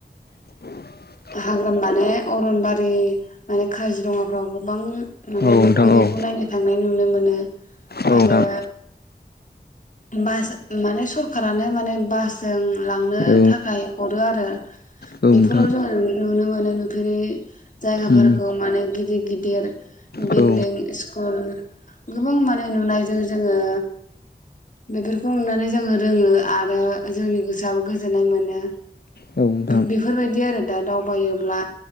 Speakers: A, on the left; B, on the left.
A: <inaudible>
B: हाग्रा माने अरनबारि माने काजिरङाफ्राव गोबां माने
A: औ नोंथां
B: नुफेरैखौ
A: औ
B: नायनो थांनाय नुनो मोनो।
A: औ
B: आरो बास माने सरखारानो माने बासजों लांनो
A: नोंथां औ
B: थाखाय हरो आरो
A: नोंथां
B: बेफोराव जोङो नुनो मोनो नुफेरै जायगाफोरखौ
A: उम
B: माने गिदिर गिदिर बिल्डिं
A: औ
B: इस्कुल गोबां माने नुनायजों जोङो बेफोरखौ नुनानै जोङो रोङो आरो जोंनि गोसोआबो गोजोननाय मोनो।
A: औ नोंथां
B: बेफोरबायदि आरो दा दावबायोब्ला